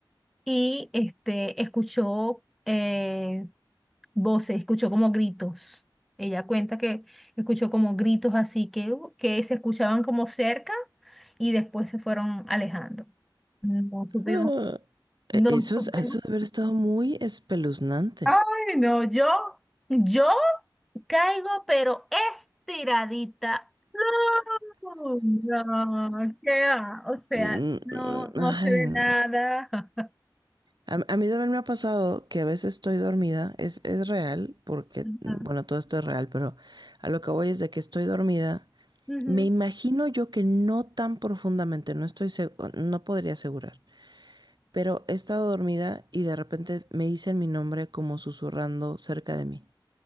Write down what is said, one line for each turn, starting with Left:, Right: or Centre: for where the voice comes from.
Centre: y este, escuchó eh, voces, escuchó como gritos. Ella cuenta que escuchó como gritos así que, uh, que se escuchaban como cerca y después se fueron alejando. No supimos,
Right: Ah, Eso,
Centre: no supimos.
Right: es- eso debe haber estado muy espeluznante.
Centre: Ay, no, yo, yo caigo, pero estiradita. No, no, qué va, o sea,
Right: Mm,
Centre: no,
Right: mm,
Centre: no
Right: Ay,
Centre: se ve
Right: no.
Centre: nada. <laughs>
Right: A, a mí también me ha pasado que a veces estoy dormida, es, es real, porque,
Centre: Ajá.
Right: mm, bueno, todo esto es real, pero a lo que voy es de que estoy dormida.
Centre: Ujú.
Right: Me imagino yo que no tan profundamente, no estoy segu- no podría asegurar, pero he estado dormida y de repente me dicen mi nombre como susurrando cerca de mí